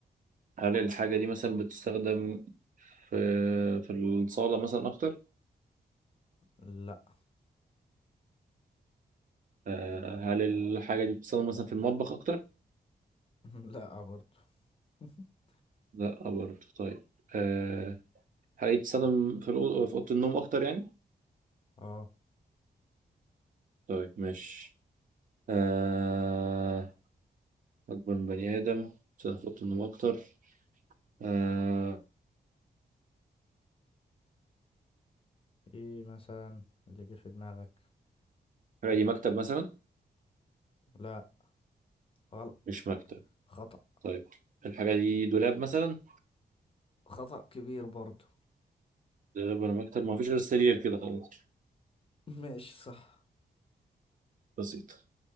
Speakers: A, on the right; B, on the left.
A: هل الحاجة دي مثلا بتستخدم في في الصالة مثلا أكتر؟
B: لا
A: أه هل الحاجة دي بتستخدم مثلا في المطبخ أكتر؟
B: <laughs> لا برضو <laughs>
A: لا برضه طيب أه هل هي بتستخدم في الأوضة في أوضة النوم أكتر يعني؟
B: اه
A: طيب ماشي آه... أكبر من بني آدم سقف أوضة النوم أكتر آه...
B: ايه مثلا اللي جه في دماغك
A: الحاجة دي مكتب مثلا
B: لا غلط
A: مش مكتب
B: خطأ
A: طيب الحاجة دي دولاب مثلا
B: خطأ كبير برضو
A: دولاب ولا مكتب ما فيش غير السرير كده خلاص
B: <laughs> ماشي صح
A: بسيط